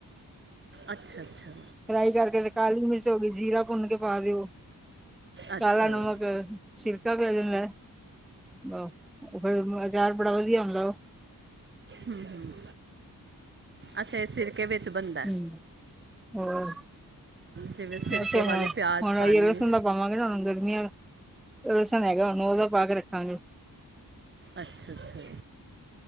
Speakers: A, on the right; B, in the centre.
A: ਅੱਛਾ-ਅੱਛਾ।
B: ਫਰਾਈ ਕਰਕੇ ਤੇ ਕਾਲੀ ਮਿਰਚ ਹੋ ਗਈ, ਜੀਰਾ ਭੁੰਨ ਕੇ ਪਾ ਦਿਓ।
A: ਅੱਛਾ
B: ਕਾਲਾ ਨਮਕ, ਸਿਰਕਾ ਵੀ ਪੈ ਜਾਂਦਾ ਏ। ਆਹੋ ਫੇਰ ਆਚਾਰ ਬੜਾ ਵਧੀਆ ਹੁੰਦਾ ਉਹ।
A: ਹੂੰ-ਹੂੰ, ਅੱਛਾ ਇਹ ਸਿ ਕੇ ਵਿੱਚ ਬੰਦਾ
B: ਹੂੰ ਹੋਰ
A: ਜਿਵੇਂ ਸਿਰਕੇ
B: ਬਸ ਹੁਣ
A: ਵਾਲੇ ਪਿਆਜ਼
B: ਹੁਣ ਇਹ
A: ਪਾਲੀਏ।
B: ਲਸਣ ਦਾ ਪਾਵਾਂਗੇ ਨਾ ਹੁਣ ਗਰਮੀਆਂ ਲਸਣ ਹੈਗਾ ਨ ਉਹਦਾ ਪਾ ਕੇ ਰੱਖਾਂਗੇ।
A: ਅੱਛਾ-ਅੱਛਾ,